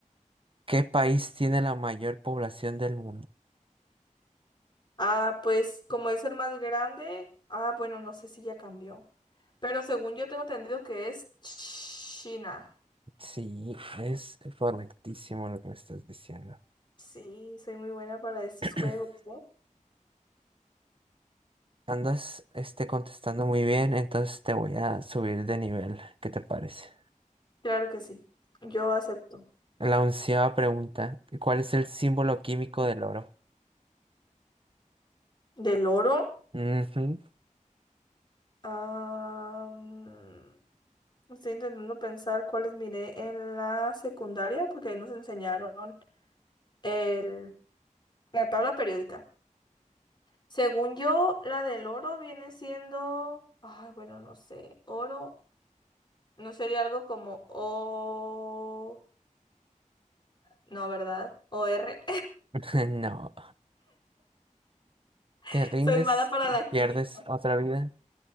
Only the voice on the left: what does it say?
Ah, pues como es el más grande, ah, bueno, no sé si ya cambió. Pero según yo tengo entendido que es China.
Sí, soy muy buena para estos
juegos, ¿eh?
Claro que sí. Yo acepto.
¿Del oro?
Ah, mm, estoy intentando pensar cuáles miré en la secundaria, porque ahí nos enseñaron el, la tabla periódica. Según yo, la del oro viene siendo, ay, bueno, no sé, oro. ¿No sería algo como O? No, ¿verdad? ¿O R?
<laughs>
Soy mala para
la
química.